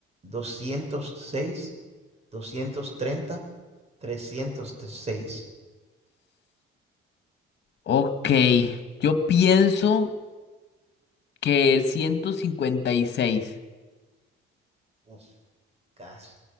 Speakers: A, on the right (about 30°); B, on the left (about 55°).
A: 206, 230, 306.
B: Ok, yo pienso que 156.
A: Uf, casi.